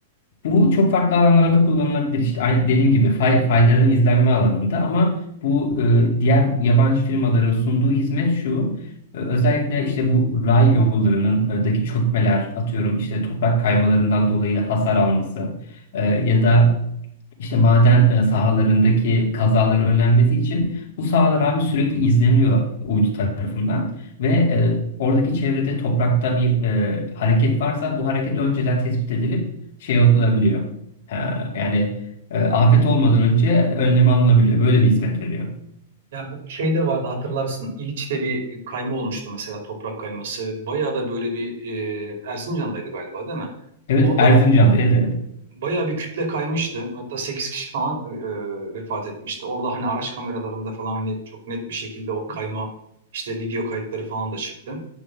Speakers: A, on the left; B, on the right.
A: Bu çok farklı alanlarda kullanılabilir. İşte ay- dediğim gibi fay- faillerin izlenme alanında ama bu e, diğer yabancı firmaların sunduğu hizmet şu. e, Özellikle işte bu ray yollarının e, daki çökmeler atıyorum işte toprak kaymalarından dolayı hasar alması e, ya da işte maden e, sahalarındaki kazaların önlenmesi için bu sahalar abi sürekli izleniyor uydu tarafından ve e, oradaki çevrede toprakta bir e, hareket varsa bu hareket önceden tespit edilip şey yapılabiliyor. Ha, yani e, afet olmadan önce önlemi alınabiliyor. Böyle bir hizmet veriyor.
B: Yani bu şey de vardı hatırlarsın. İliç'te bir e, kayma olmuştu mesela toprak kayması. Bayağı da böyle bir e, Erzincan'daydı galiba değil mi?
A: Evet
B: Orada
A: Erzincan'da evet. evet.
B: bayağı bir kütle kaymıştı. Hatta 8 kişi falan e, e, vefat etmişti. Orada hani araç kameralarında falan hani çok net bir şekilde o kayma işte video kayıtları falan da çıktı.